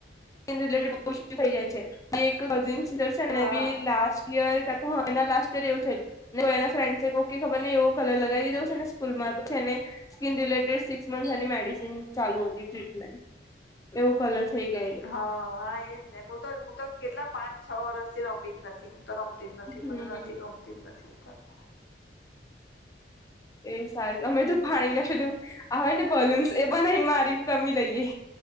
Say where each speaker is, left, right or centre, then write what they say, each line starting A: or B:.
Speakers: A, on the left; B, on the left.
A: રીલેટેડ થઈ જાય છે એક કઝિન સિને
B: હા
A: બી લાસ્ટ ઇયર <unintelligible> એ ના લાસ્ટ યુઝર છે ને એના ફ્રેન્ડસે કો ખબર ને એવો કલર લગાવી દીધો છે ને સ્કૂલમાં તો છે એને સ્કીન રિલેટેડ સિક્સ મંથ એની મેડિસિન ચાલુ હતી ટ્રીટમેન્ટ એવું કલર થઈ ગએ
B: હ હા એજ ને હું તો હું તો કેટલા પાંચ છ વર્ષ થી રમી જ નથી તો રમતી જ નથી
A: હમ
B: મને નથી ગમતી જ નથી કાય
A: એ સારી અમે તો પાણી ના પેલું હવે ને બલૂન્સ એ બનાવીને મારીને રમી લઈએ